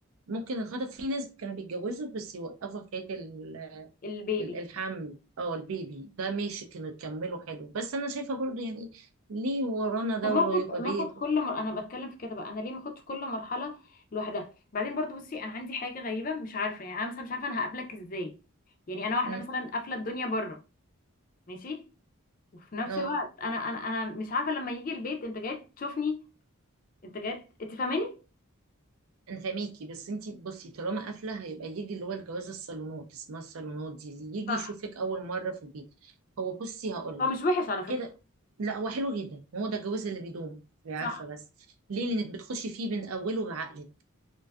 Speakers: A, on the right (about 75°); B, on the left (about 40°).
A: ممكن الخطب في ناس كانوا بيتجوزوا بس يوقفوا حكاية ال-
B: البيبي
A: ال- الحمل اه البيبي ده ماشي كانوا يكملوا حلو بس أنا شايفة برضو يعني ليه ورانا ده
B: طب ما
A: ويبقى
B: اخد
A: بيت
B: ما اخد كل مر... انا بتكلم في كده بقى انا ليه ما اخدش كل مرحله لوحدها بعدين برضو بصي انا عندي حاجه غريبه مش عارفه يعني انا مثلا مش عارفه انا هقابلك ازاي يعني انا واحده
A: م،
B: مثلا قافله الدنيا بره ماشي وفي نفس
A: اه
B: الوقت انا انا انا مش عارفه لما يجي البيت انت جاي تشوفني انت جاي انت فاهماني
A: أنا فاهميكي بس انتي بصي طالما قافلة هيبقى يجي اللي هو الجواز الصالونات اسمها الصالونات دي اللي يجي
B: صح
A: يشوفك أول مرة في البيت هو بصي هقولك
B: هو مش وحش على فكره
A: كده لا هو حلو جدا هو ده الجواز اللي بيدوم عارفة
B: صح
A: بس ليه لأنك بتخشي فيه من أوله بعقلك